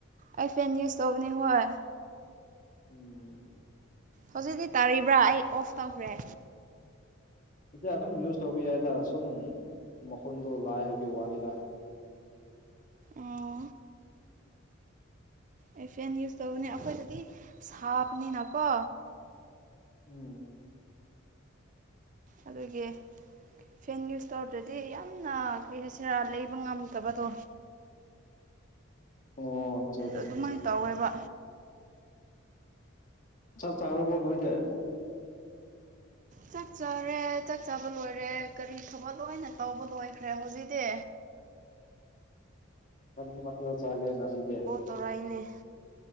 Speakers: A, on the right; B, on the left.
A: ꯑꯩ ꯐꯦꯟ ꯌꯨꯁ ꯇꯧꯕꯅꯦ ꯍꯣꯏ
B: ꯎꯝ
A: ꯍꯧꯖꯤꯛꯇꯤ ꯇꯥꯔꯤꯕ꯭ꯔꯥ ꯑꯩ ꯑꯣꯐ ꯇꯧꯈ꯭ꯔꯦ
B: ꯑꯗꯨꯝ ꯌꯨꯁ ꯇꯧꯕꯤ ꯌꯥꯏꯗ ꯁꯨꯝ ꯃꯈꯣꯟꯗꯣ ꯂꯥꯛꯑꯦ ꯍꯥꯏꯕꯩ ꯋꯥꯅꯤꯗ
A: ꯑꯣ ꯑꯩ ꯐꯦꯟ ꯌꯨꯁ ꯇꯧꯕꯅꯦ ꯑꯩꯈꯣꯏꯗꯗꯤ ꯁꯥꯕꯅꯤꯅꯀꯣ
B: ꯎꯝ
A: ꯑꯗꯨꯒꯤ ꯐꯦꯟ ꯌꯨꯁ ꯇꯧꯔꯗꯗꯤ ꯌꯥꯝꯅ ꯀꯔꯤ ꯍꯥꯏꯁꯤꯔꯥ ꯂꯩꯕ ꯉꯝꯗꯕꯗꯣ
B: ꯑꯣ ꯑꯠꯆꯥ ꯑꯠꯆꯥ
A: ꯑꯗꯨꯃꯥꯏꯅ
B: ꯑꯠꯆꯥ
A: ꯇꯧꯋꯦꯕ
B: ꯆꯥꯛ ꯆꯥꯔꯕꯣ ꯅꯣꯏꯗꯤ
A: ꯆꯥꯛ ꯆꯥꯔꯦ ꯆꯥꯛ ꯆꯥꯕ ꯂꯣꯏꯔꯦ ꯀꯔꯤ ꯊꯕꯛ ꯂꯣꯏꯅ ꯇꯧꯕ ꯂꯣꯏꯈ꯭ꯔꯦ ꯍꯧꯖꯤꯛꯇꯤ
B: ꯀꯔꯤ ꯃꯊꯦꯜ ꯆꯥꯒꯦ ꯉꯁꯤꯗꯤ
A: ꯇꯣꯔꯥꯏꯅꯦ